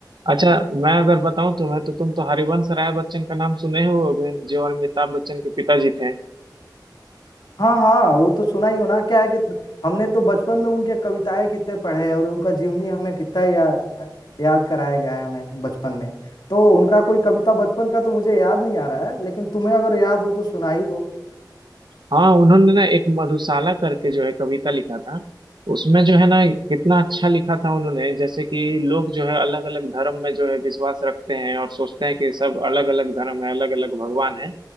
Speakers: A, on the right; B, on the left.
A: अच्छा मैं अगर बताऊं तुम्हें तो तुम तो हरिवंश राय बच्चन का नाम सुने ही होगे जो अमिताभ बच्चन के पिताजी थे
B: हाँ हाँ वो तो सुना ही हो ना क्या है कि हमने तो बचपन में उनके कविताएं कितने पढ़े हैं और उनका जीवनी हमें कितना ही या, याद कराया गया है हमें बचपन में तो उनका कोई कविता बचपन का तो मुझे याद नहीं आ रहा है लेकिन तुम्हें अगर याद हो तो सुना ही दो
A: हाँ उन्होंने ना एक मधुशाला करके जो है कविता लिखा था उसमें जो है ना कितना अच्छा लिखा था उन्होंने जैसे कि लोग जो है अलग अलग धर्म में जो है विश्वास रखते हैं और सोचते हैं कि सब अलग अलग धर्म है अलग अलग भगवान है